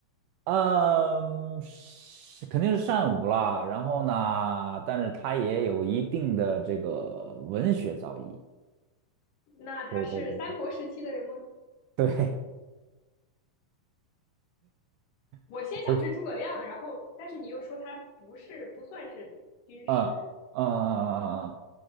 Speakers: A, on the right; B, on the left.
A: 嗯，是肯定是善舞啦。然后呢，但是他也有一定的这个文学造诣。
B: 那他是三国时期的人吗？
A: 对对对对，对
B: 我先想的是诸葛亮，
A: <laughs>，我
B: 然后但是你又说他不是不算是军师，
A: 嗯嗯嗯嗯嗯嗯，